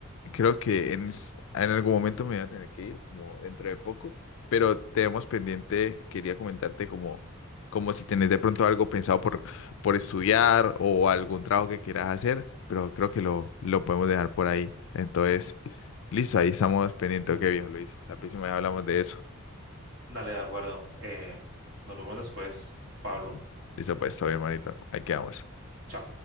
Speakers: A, on the left; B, on the right.
A: creo que en, s- en algún momento me voy a tener que ir, como dentro de poco, pero tenemos pendiente, quería comentarte como, como si tenés de pronto algo pensado por, por estudiar o algún trabajo que quieras hacer, pero creo que lo, lo podemos dejar por ahí. Entonces, listo, ahí estamos pendientes. Ok, viejo Luis, la próxima vez hablamos de eso.
B: Dale, de acuerdo. Eh, nos vemos después, Pablo.
A: Listo, Listo, pues, todo bien, manito. Ahí quedamos.
B: Bueno, chao.